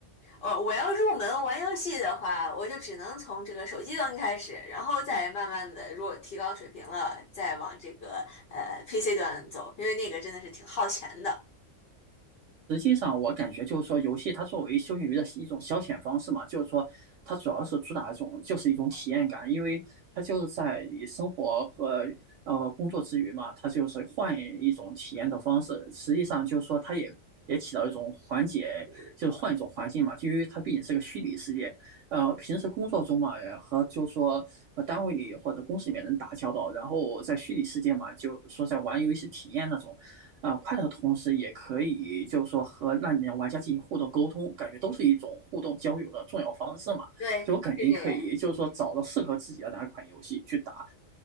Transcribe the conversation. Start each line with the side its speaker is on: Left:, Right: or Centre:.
Left: 呃，我要入门玩游戏的话，我就只能从这个手机端开始，然后再慢慢的，如果提高水平了，再往这个呃 PC 端走，因为那个真的是挺耗钱的。
Right: 实际上，我感觉就是说，游戏它作为休闲娱乐一种消遣方式嘛，就是说，它主要是主打一种就是一种体验感，因为它就是在你生活和呃工作之余嘛，它就是换一种体验的方式。实际上就是说，它也也起到一种缓解，就是换一种环境嘛，就因为它毕竟是个虚拟世界。呃，平时工作中嘛，呃和就是说和单位里或者公司里面人打交道，然后在虚拟世界嘛，就说在玩游戏体验那种。啊、呃快乐的同时，也可以就是说和那里面玩家进行互动沟通，感觉都是一种互动交友的重要方式嘛。
Left: 对，
Right: 所以我感觉你可以就是说找到适合自己的哪款游戏去打，
Left: 是这样。